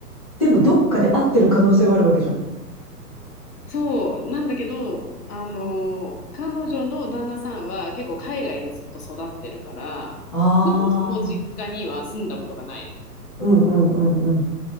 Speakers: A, on the left (about 25°); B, on the left (about 65°).
A: でもどっかで会ってる可能性はあるわけじゃん。
B: そう、なんだけど、あの、彼女の旦那さんは結構海外でずっと育ってるから、
A: ああ、
B: ほぼその実家には住んだことがないの。
A: うんうんうんうん。